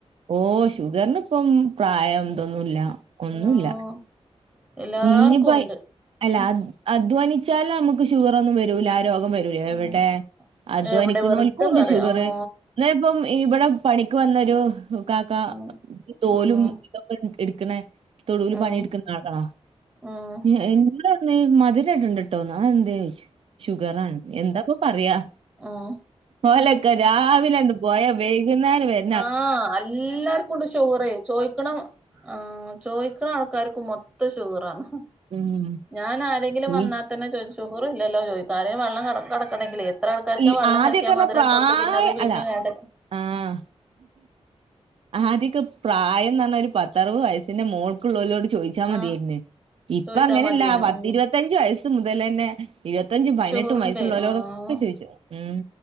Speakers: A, on the right; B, in the centre.
A: ഓ ഷുഗർന്ന് ഇപ്പം പ്രായം ഇതൊന്നുല്ല ഒന്നുല്ല.
B: ഉം എല്ലാർക്കും
A: ഇഞ്ഞ്പ്പയ്
B: ഉണ്ട്
A: അല്ല
B: ഉം
A: അ അധ്വാനിച്ചാല് അമ്മക്ക് ഷുഗറ് ഒന്നും വരൂല രോഗം വരു എവിടെ
B: ഉം
A: അധ്വാനിക്ക്ണോൽക്കുണ്ട്
B: എവിടെ വെറുതെ പറയാ
A: ഷുഗറ്
B: ഉം
A: എന്നേപ്പം ഇബടെ പണിക്ക് വന്നൊരു കാക്ക
B: ഉം
A: തോലും
B: ഉം
A: ഇതൊക്കെ ഇട്ക്ക്ണേ തൊടൂല്
B: ഉം
A: പണി ഇട്ക്ക്ന്ന ആളാ
B: ഉം
A: എ ഇങ്ങ്ട് ന്ന് മധിരം ഇടണ്ടട്ടോന്ന് അതെന്തേ ചോയ്ച്ച് ഷുഗറാണ് എന്താപ്പ പറയാ
B: ആഹ്
A: ഓലൊക്കെ രാവിലണ്ട് പോയാ വൈകുന്നേര വര്
B: ആഹ് അല്ലാർക്കും ഉണ്ട് ഷുഗറ് ചോയ്ക്കണം ആഹ് ചോയിക്കണാൾക്കാർക്കും മൊത്തം ഷുഗറാണ്
A: ഉം
B: ഞാനാരെങ്കിലും വന്നാത്തന്നെ
A: ഈ
B: ചോദിച്ചു ഷുഗറില്ലല്ലോ ചോയ്ക്കും ആരെ വള്ളം കലക്കൻ കലക്കണെങ്കിലെ ഇത്ര ആൾക്കാർക്ക
A: ഈ
B: വെള്ളം
A: ആദ്യൊക്കെർഞ്ഞാ
B: കലക്കിയാൽ മധിരട്ടൊടുത്ത്
A: പ്രായ
B: പിന്നെ അത് പിഴ്ന്ന്
A: അല്ല
B: ങ്ങാണ്ട്
A: ആഹ് ആതിക്ക് പ്രായം ന്നറഞ്ഞാ ഒരു പത്തറുപത് വയസിന്റെ മോൾക്കുള്ളവലോട് ചോയ് ചോയ്ച്ചാ മതിയർന്ന്
B: ആഹ്
A: ഇപ്പ
B: ചോയ്ച്ചാ
A: അങ്ങനല്ല
B: മതിയേനു
A: പത്തിരുപത്തഞ്ചു
B: ഉം
A: വയസ്സ് മുതൽ തലന്നെ ഇരുപത്തഞ്ചും പയിനെട്ടും
B: ഷുഗറുണ്ടേ
A: വയ്സ് ബലോടൊക്കെ
B: ആഹ്
A: ചോയ്ച്ചു ഉം